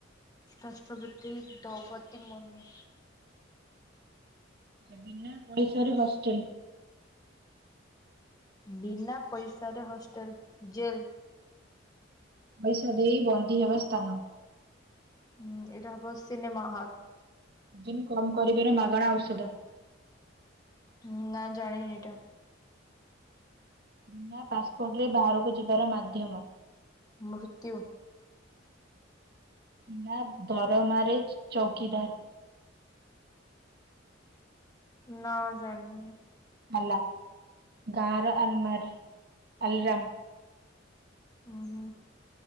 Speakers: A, on the left; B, on the right.
A: ରାଷ୍ଟ୍ରପତି ଦୌପଦୀ ମୁର୍ମୁ।
B: ବିନା ପଇସାରେ ହଷ୍ଟେଲ।
A: ବିନା ପଇସାରେ ହଷ୍ଟେଲ ଜେଲ।
B: ପଇସା ଦେଇ ବନ୍ଦୀ ହେବା ସ୍ଥାନ।
A: ହୁଁ ଏଇଟା ହବ ସିନେମା ହଲ।
B: ଜିମ୍ କମ୍ କରିବାରେ ମାଗଣା ଔଷଧ।
A: ହୁଁ ନା ଜାଣିନି ଏଇଟା।
B: ବିନା ପାସ୍ପୋର୍ଟରେ ବାହାରକୁ ଯିବାର ମାଧ୍ୟମ।
A: ମୃତ୍ୟୁ।
B: ବିନା ଦରମାରେ ଚୌକିଦାର।
A: ନା ଜାଣିନି।
B: ଆଲା ଗାର ଆଲତ୍ମାରି ଆଲରାମ୍।
A: ଓହୋ।